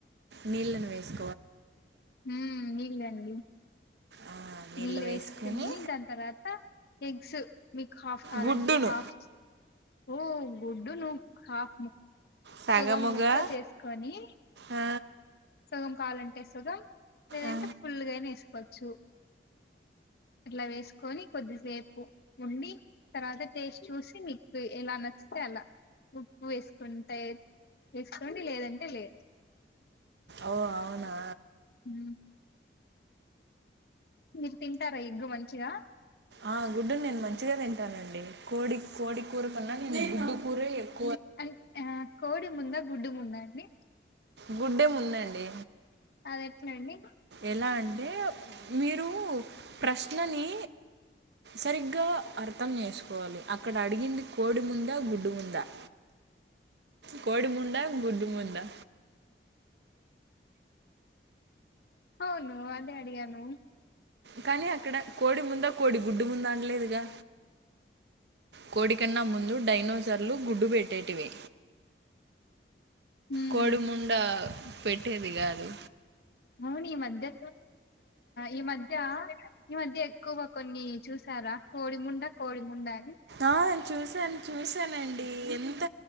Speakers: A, on the right (about 75°); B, on the left (about 60°).
A: నీళ్లను వేసు
B: హు నీల్ అండి
A: ఆ నీళ్ళు
B: నిల్ వేస్కొని
A: వేసుకొని
B: దాని తరువాత ఎగ్స్ మీకు హాఫ్ కావాలంటే
A: గుడ్డును
B: హాఫ్ ఓ గుడ్డును హాఫ్ ము
A: సగముగా
B: సగం ముక్క చేసుకొని
A: ఆ
B: సగం కావాలంటే సుగం లేదంటే
A: ఆ
B: ఫుల్గానే వేసుకోవచ్చు అట్లా వేసుకొని కొద్దిసేపు ఉండి తర్వాత టేస్ట్ చూసి మీకు ఎలా నచ్చితే అలా ఉప్పు వేసుకుంటాయి తీసుకోండి లేదంటే లేదు
A: ఓ అవునా
B: హ మీరు తింటారా ఎగ్గు మంచిగా
A: ఆ గుడ్డు నేను మంచిగా తింటానండి కోడి కోడి కూర కన్నా నేను గుడ్డు కూర
B: అం ఆ కోడి ముంద గుడ్డు ముంద అండి
A: గుడ్డే ముందండి
B: అది ఎట్లా అండి
A: ఎలా అంటే మీరు ప్రశ్నని సరిగ్గా అర్థం చేసుకోవాలి అక్కడ అడిగింది కోడి ముందా గుడ్డు ముం ద కోడి ముందా గుడ్డు ముందా
B: అవును అదే అడిగాను
A: కానీ అక్కడ కోడి ముందా కోడి గుడ్డు ముందా అనలేదుగా కోడికన్నా ముందు డైనోసార్లు గుడ్డు పెట్టేటివి
B: హ్మ్
A: కోడి ముండా పెట్టేది కాదు
B: అవును ఈ మధ్య ఈ మధ్య ఈ మధ్య ఎక్కువ గ కొన్ని చూసారా కోడిముండ కోడిముండ అని
A: ఆ చూసాను చూసానండి ఎంత